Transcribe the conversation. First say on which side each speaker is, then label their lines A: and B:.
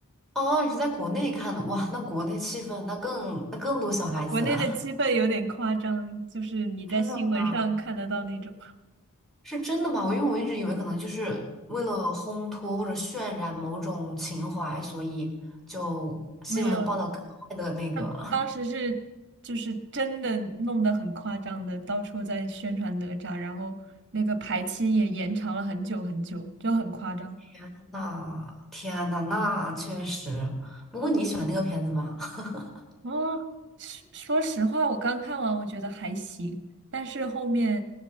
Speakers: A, in the centre; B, on the right.
A: 哦，你是在国内看的，哇，那国内气氛那更那更多小孩子啊，
B: 国内的气氛有点夸张，就是你在新闻上看得到那种。
A: <laughs> 真的吗？是真的吗？因为我一直以为可能就是为了烘托或者渲染某种情怀，所以就新闻报道格外的那个。
B: 没有，那当时是就是真的弄得很夸张的，到处在宣传哪吒，然后那个排期也延长了很久很久，就很夸张。
A: <laughs> 那天呐，那确实。不过你喜欢那个片子吗？<laughs>
B: 哦，说说实话，我刚看完我觉得还行，但是后面